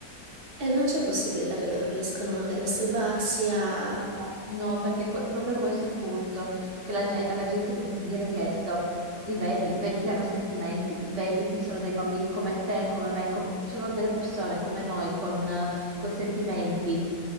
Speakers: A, on the right; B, on the right.
A: E non c'è possibilità che loro riescano magari a salvarsi, a...
B: No, no, perché que- proprio questo è il punto, che la gen- alla gente viene chiesto, li vedi, vedi che hanno sentimenti, vedi che sono dei bambini come te, come me, co- sono delle persone come noi con, eh, con sentimenti,